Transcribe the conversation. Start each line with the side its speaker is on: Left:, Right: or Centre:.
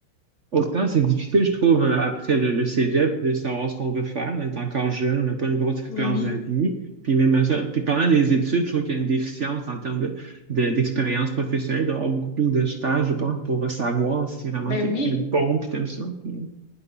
Right: Autant c'est difficile, je trouve, euh, après le, le cégep, de savoir ce qu'on veut faire. On est encore jeune, on n'a pas une grosse expérience
Left: mais oui.
Right: de la vie. Puis même à ça, puis pendant les études, je trouve qu'il y a une déficience en termes de, de- d'expérience professionnelle, d'avoir beaucoup plus de stages, je pense, pour savoir si vraiment
Left: Ben
Right: t'es,
Left: oui.
Right: t'es bon puis t'aimes ça. Puis, euh,